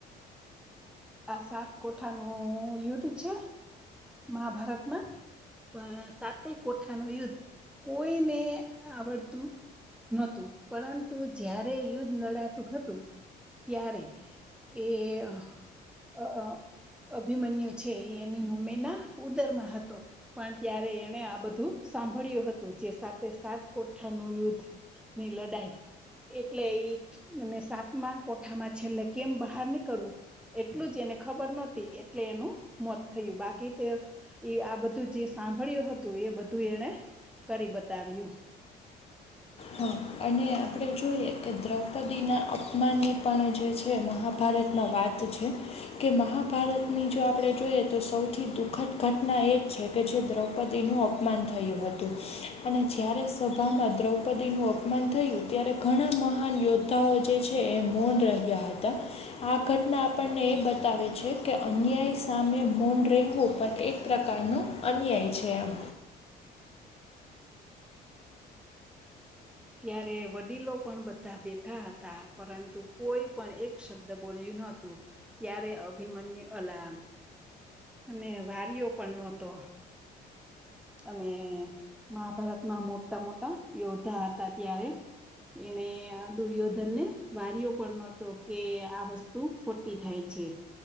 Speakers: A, in the centre; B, on the left.
A: આ સાત કોઠાનું યુદ્ધ છે મહાભારતમાં પણ સાતેય કોઠા ન યુદ્ધ કોઈને આવડતું. નોતું પરંતુ જય્યારે યુદ્ધ લડાતું હતું ત્યારે એ અ અભિમન્યુ છે એ એની મમ્મી ના ઉદરમાં હતો. પણ ત્યારે એણે આ બધું સાંભળ્યું હતું જે સાતે સાત કોઠાનું યુદ્ધ નીલ ડાય એટલે ઈ સાતમા કોઠામાં છેલ્લે કેમ બહાર નીકળવું એટલું જ એને ખબર નહોતી એટલે એનું મોત થયું બાકી તે એ આ બધું જે સાંભળ્યું હતું એ બધું એને કરી બતાવ્યું.
B: હા અને આપણે જોઈએ કે દ્રૌપદીના અપમાનની પણ જે છે મહાભારતમાં વાત તો છે.. કે મહાભારતની જો આપણે જોઈએ તો સૌથી દુઃખદ ઘટના એ જ છે. કે જે દ્રૌપદીનું માન થયું હતું અને જ્યારે સભામાં દ્રૌપ પદી નું અપમાન થયું ત્યારે ઘણા મહાન યોદ્ધાઓ જે છે. એ મૌન રહ્યા હતા. આ ઘટના આપણને એ બતાવે છે. કે અન્યાય સામે મન રહેવું પણ એક પ્રકારનો અન્યાય છે. એમ
A: ત્યારે વડીલો પણ બધા બેઠા હતા પરંતુ કોઈ પણ એક શબ્દ બોલ્યું નોતું ત્યારે અભિમન્યુ અલામ અને વાર્યો પણ નહોતો અને મહાભારતમાં મોટા મોટા યોદ્ધા ત્યારે એને દુર્યોધન ને વાર્યો પણ નતો કે આ વસ્તુ શું ખોટી થાય છે.